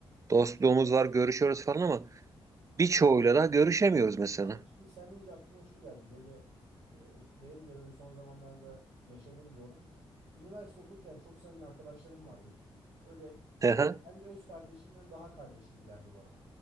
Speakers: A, on the right; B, on the right.
A: Dostluğumuz var, görüşüyoruz falan ama birçoğuyla da görüşemiyoruz mesela.
B: Abi şimdi sen deyince aklıma şu geldi. Böyle e, benim de böyle son zamanlarda yaşadığım bir olay. Üniversite okurken çok samimi arkadaşlarım vardı. Böyle
A: Aha,
B: hem de öz kardeşimden daha kardeş gibilerdi bana.